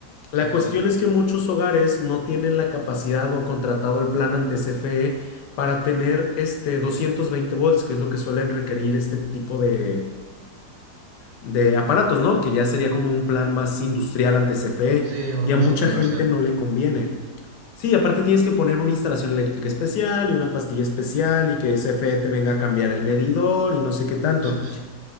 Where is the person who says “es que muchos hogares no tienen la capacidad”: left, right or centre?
Left